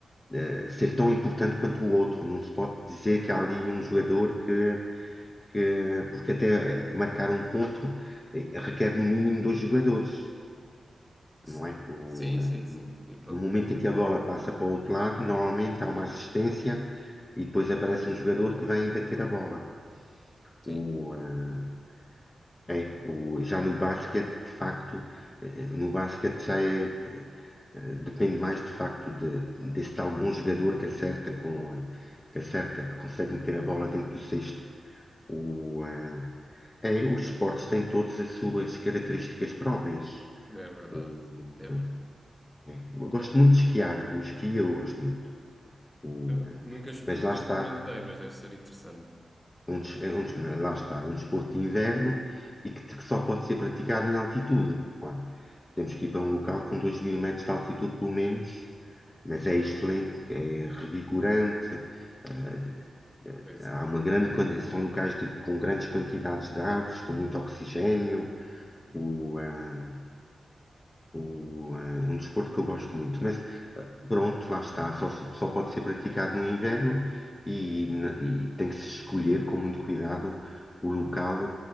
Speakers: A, on the left; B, in the centre.
A: eh, ser tão importante quanto o outro. Não se pode dizer que há ali um jogador que que- porque até eh, marcar um ponto eh, requer no mínimo dois jogadores,
B: S-
A: não é? O,
B: Sim,
A: eh,
B: sim,
A: no
B: sim. E para
A: no
B: competir.
A: momento em que a bola passa para o outro lado, normalmente há uma assistência e depois aparece um jogador que vem bater a bola.
B: Sim.
A: O, eh, é, o, já no basquete, de facto, eh, eh, no basquete já é, eh, depende mais de facto de, desse tal bom jogador que acerta com, a- que acerta, que consegue meter a bola dentro do cesto. O, eh, é, os esportes têm todas as suas características próprias.
B: Não é verdade.
A: O,
B: É verdade.
A: eh, eu gosto muito de esquiar. O esqui eu gosto muito. O,
B: Eu
A: eh,
B: Nunca, ex-
A: mas
B: nunca
A: lá está.
B: experimentei, mas deve ser interessante.
A: É um, des- é um des- lá está. É um desporto de inverno e que, que só pode ser praticado em altitude. Pá, Temos que ir para um local com 2 mil metros de altitude, pelo menos. Mas é excelente porque é revigorante. eh, eh,
B: Teresa.
A: há uma grande, quanti- são locais de- com grandes quantidades de árvores, com muito oxigênio. o, ah, o, ah, um desporto que eu gosto muito. Mas ah, pronto, lá está, só, só pode ser praticado no inverno e, na- e tem que se escolher com muito cuidado o local